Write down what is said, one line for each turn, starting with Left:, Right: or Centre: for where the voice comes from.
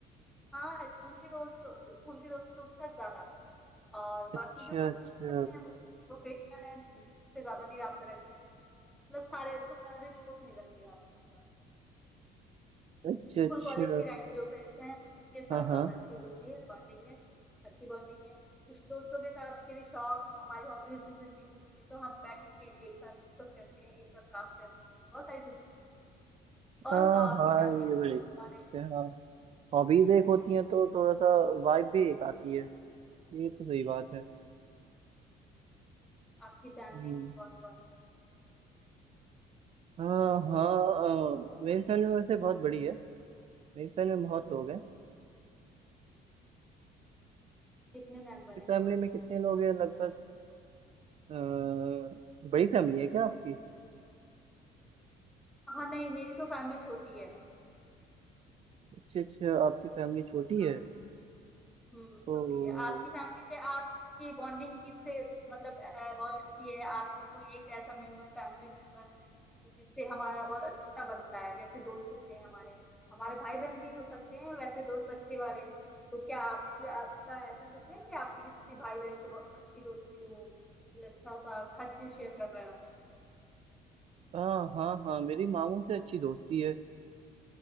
Centre: हाँ स्कूल के दोस्त स्कूल के दोस्तों के साथ ज्यादा और बाकी
Right: अच्छा
Centre: जो प्रोफेशनल
Right: अच्छा
Centre: हैं वो तो प्रोफेशनल हैं उससे ज्यादा नहीं रबता रखती मैं मतलब सारे सारे लोगों से नहीं रखती ज्यादा रबता
Right: अच्छा
Centre: स्कूल
Right: अच्छा
Centre: कॉलेज के टाइम के जो फ्रेंड्स हैं उनके साथ
Right: हाँ हाँ
Centre: ज्यादा अच्छी दोस्ती है बॉन्डिंग है अच्छी बॉन्डिंग है कुछ दोस्तों के साथ मेरी शौक हमारी हॉबीज भी मिलती जुलती है तो हम बैठ करके एक साथ डिस्कस करते हैं एक साथ काम करते हैं बहुत सारी चीजें और
Right: हाँ
Centre: बताओ आपकी
Right: हाँ
Centre: फैमिली
Right: ये
Centre: में
Right: बड़े से
Centre: कौन है
Right: हाँ हॉबीज एक होती हैं तो थोड़ा सा वाइब भी एक आती है ये तो सही बात है
Centre: आपकी फैमिली
Right: हम्म
Centre: में कौन कौन है
Right: हाँ हाँ अ, मेरी फैमिली वैसे बहुत बड़ी है मेरी फैमिली में बहुत
Centre: हम्म,
Right: लोग हैं
Centre: कितने मेंबर
Right: आपकी
Centre: हैं
Right: फैमिली
Centre: कौन
Right: में
Centre: कौन
Right: कितने
Centre: है
Right: लोग हैं लगभग अ, अ, बड़ी फैमिली है क्या आपकी
Centre: हाँ नहीं मेरी तो फैमिली छोटी है
Right: अच्छा अच्छा आपकी फैमिली छोटी
Centre: हाँ
Right: है
Centre: हम्म
Right: तो
Centre: छोटी है आपकी फैमिली में आपकी बॉन्डिंग किससे मतलब अ, बहुत अच्छी है आपका कोई एक ऐसा मेंबर फैमिली मेंबर जिससे हमारा बहुत अच्छा बनता है जैसे दोस्त होते हैं हमारे हमारे भाई बहन भी हो सकते हैं वैसे दोस्त अच्छे वाले तो क्या आपकी आपका ऐसा कुछ है कि आपकी किसी भाई बहन से बहुत अच्छी दोस्ती हो बिल्कुल अच्छा सा हर चीज शेयर कर रहे हो
Right: हाँ हाँ हाँ मेरी मामू से अच्छी दोस्ती है